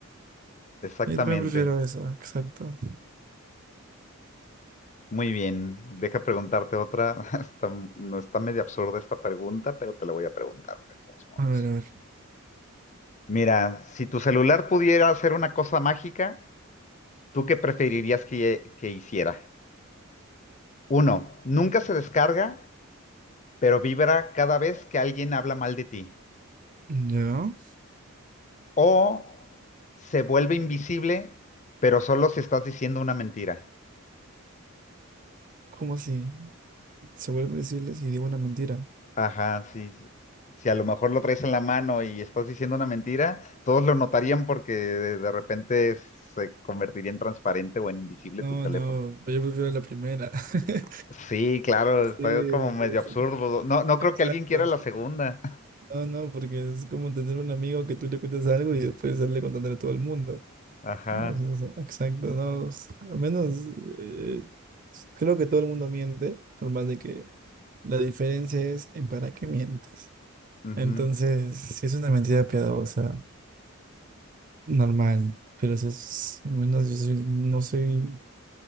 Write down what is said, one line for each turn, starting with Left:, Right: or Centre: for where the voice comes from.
Left: exactamente.
Right: yo también prefiero eso, exacto.
Left: Muy bien, deja preguntarte otra. <laughs> Está- no está medio absurda esta pregunta, pero te la voy a preguntar de todos modos.
Right: A ver, a ver.
Left: Mira, si tu celular pudiera hacer una cosa mágica, ¿tú qué preferirías que, que hiciera? Uno, nunca se descarga, pero vibra cada vez que alguien habla mal de ti.
Right: ya
Left: O se vuelve invisible, pero solo si estás diciendo una mentira.
Right: ¿Cómo así? se vuelven visibles y digo una mentira.
Left: Ajá, sí. sí. Si a lo mejor lo traes en la mano y estás diciendo una mentira, todos lo notarían porque de de repente se convertiría en transparente o en invisible
Right: No,
Left: tu teléfono.
Right: no, pero yo prefiero la primera. <laughs>
Left: Sí, claro, está
Right: Sí,
Left: como medio
Right: pues,
Left: absurdo. No, no
Right: Exacto.
Left: creo que alguien quiera la segunda.
Right: No, no, porque es como tener un amigo que tú le cuentas algo y después sale contándole a todo el mundo.
Left: <laughs> Ajá.
Right: No, eso no son- exacto, no. s- Al menos eh, creo que todo el mundo miente, por más de que la diferencia es en para qué mientes.
Left: Ujú,
Right: Entonces, si es una mentira piadosa, normal, pero si es, al menos yo soy- no soy